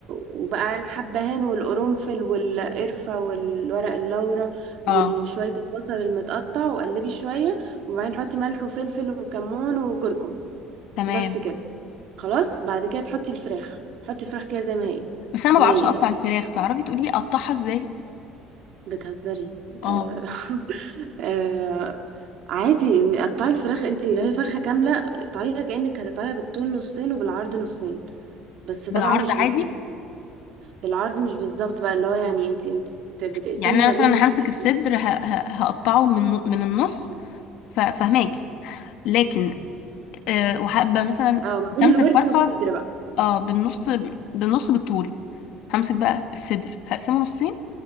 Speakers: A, on the right; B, on the left.
A: وبقى الحبهان والقرنفل والقرفة والورق اللورا وشوية
B: اه
A: البصل المتقطع وقلبي شوية وبعدين حطي ملح وفلفل وكمون وكركم
B: تمام
A: بس كده خلاص بعد كده تحطي الفراخ حطي الفراخ كده زي ما هي
B: بس انا ما
A: نية
B: بعرفش اقطع
A: يعني
B: الفراخ تعرفي تقوليلي اقطعها ازاي؟
A: بتهزري
B: اه
A: آه <laughs> آه عادي قطعي الفراخ انت اللي هي فرخة كاملة قطعيها كأنك هتقطعيها بالطول نصين وبالعرض نصين بس
B: بالعرض
A: طبعا مش
B: عادي
A: بالظبط بالعرض مش بالظبط بقى اللي هو يعني انت انت بت- بتقسمي
B: يعني انا
A: ما
B: مثلا
A: بين الفرق
B: همسك الصدر ه- ه- هقطعه من من النص ف- فهماكي لكن آه، وهبقى مثلا
A: اه ما
B: قسمت
A: بين الورك
B: الفرخه
A: والصدر بقى
B: اه بالنص بالنص بالطول همسك بقى الصدر هقسمه نصين